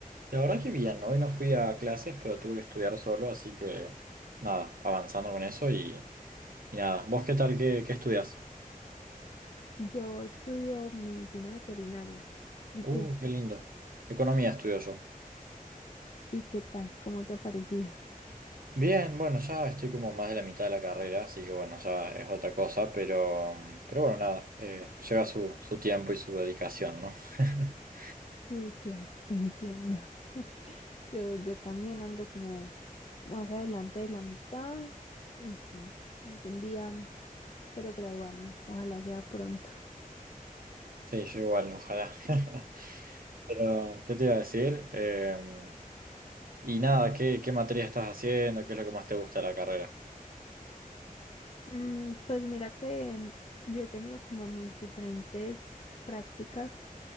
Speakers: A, on the right; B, on the left.
A: La verdad que bien, hoy no fui a clases, pero tuve que estudiar solo, así que nada, avanzando con eso y, y nada. ¿Vos qué tal? ¿Qué, qué estudias?
B: Yo estudio medicina veterinaria. ¿Y
A: Uh,
B: tú?
A: qué lindo. Economía estudio yo.
B: ¿Y qué tal? ¿Cómo te ha parecido?
A: Bien, bueno, ya estoy como más de la mitad de la carrera, así que bueno, ya es otra cosa, pero, pero bueno, nada, eh, lleva su, su tiempo y su dedicación, ¿no? <laughs>
B: Sí, claro, te entiendo. <laughs> Yo, yo también ando como más adelante de la mitad y sí, algún día espero graduarme, ojalá sea pronto.
A: Sí, yo igual, ojalá. <laughs> Pero, ¿qué te iba a decir? Em, y nada, ¿qué, qué materia estás haciendo? ¿Qué es lo que más te gusta de la carrera?
B: Mm, pues mira que mm, yo he tenido como mis diferentes prácticas,